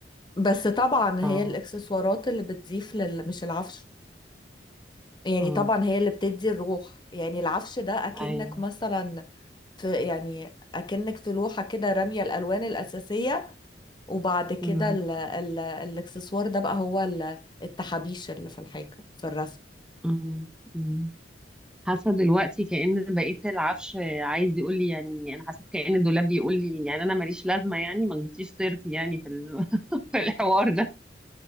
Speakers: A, on the left; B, in the centre.
A: بس طبعا هي
B: اه
A: الاكسسوارات اللي بتضيف لل... مش العفش يعني
B: امم
A: طبعا هي اللي بتدي الروح يعني العفش ده اكنك
B: ايوه
A: مثلا في يعني اكنك في لوحة كده رامية الالوان الاساسية وبعد كده
B: امم
A: ال ال الاكسسوار ده بقى هو ال- التحابيش اللي في الحاجة في الرسم <laughs>
B: امم أمم. حاسه دلوقتي كأن بقيت العفش عايز يقول لي يعني انا حسيت كأن الدولاب بيقول لي يعني انا ماليش لازمه يعني ما جبتيش سيرتي يعني في ال- <laughs> في الحوار ده